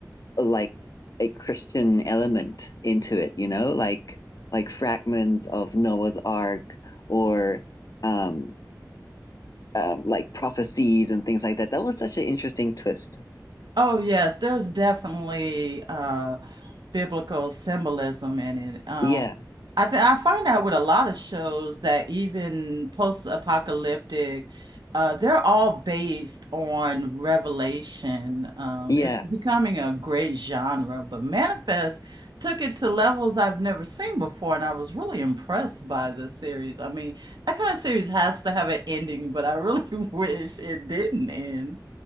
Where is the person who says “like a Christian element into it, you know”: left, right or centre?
Left